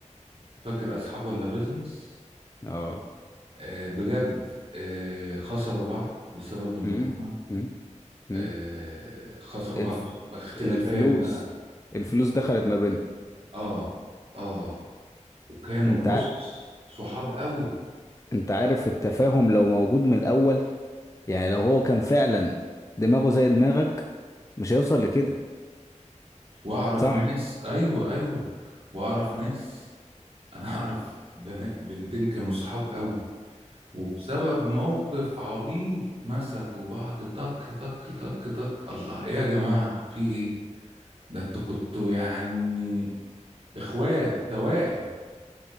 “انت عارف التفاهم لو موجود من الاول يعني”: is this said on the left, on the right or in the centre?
Left